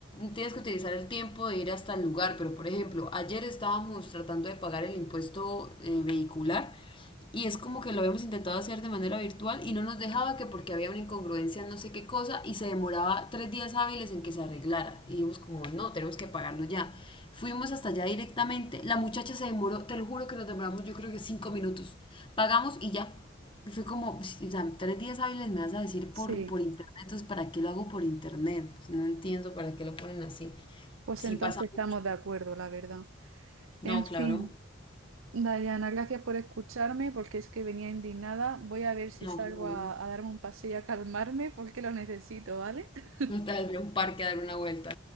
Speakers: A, on the left (about 25°); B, on the right (about 70°).
A: tienes que utilizar el tiempo de ir hasta el lugar, pero por ejemplo, ayer estábamos tratando de pagar el impuesto eh, vehicular y es como que lo habíamos intentado hacer de manera virtual y no nos dejaba que porque había una incongruencia no sé qué cosa y se demoraba tres días hábiles en que se arreglara. Y dijimos como, no, tenemos que pagarlo ya. Fuimos hasta allá directamente, la muchacha se demoró, te lo juro que nos demoramos yo creo que cinco minutos. Pagamos y ya, y Fue como, "Ps, o sea, tres días hábiles me vas a decir
B: Sí,
A: por, por internet, entonces ¿para qué lo hago por internet? O sea, no entiendo para qué lo ponen así.
B: pues
A: Sí
B: entonces
A: pasa
B: estamos
A: mucho.
B: de acuerdo, la verdad. En
A: No, claro,
B: fin. Dayana, gracias por escucharme porque es que venía indignada. Voy a ver si
A: no,
B: salgo
A: claro.
B: a, a darme un paseo y a calmarme porque lo necesito, ¿vale? <laughs>
A: No, tal vez voy a un parque a dar una vuelta.